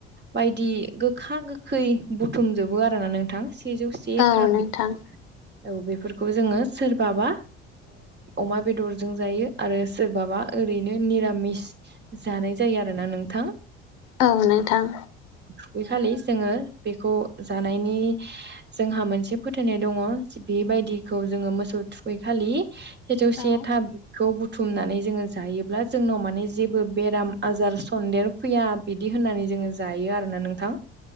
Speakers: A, on the right; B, on the left.
A: बायदि गोखा गोखै बुथुमजोबो आरोना नोंथां। सेजौसे
B: औ
A: था
B: नोंथां
A: बि औ बेफोरखौ जोङो सोरबाबा अमा बेदरजों जायो आरो सोरबाबा ओरैनो निरामिस जानाय जायो आरोना नोंथां।
B: औ नोंथां
A: थुगैखालि जोङो बेखौ जानायनि जोंहा मोनसे फोथायनाय दङ बेबायदिखौ जोङो मोसौ थुखै खालि सेजौ से
B: औ नोंथां औ
A: थाखौ बुथुमनानै जोङो जायोब्ला जोंनाव माने जेबो बेराम आजार सन्देर फैया बिदि होननानै जोङो जायो आरोना नोंथां।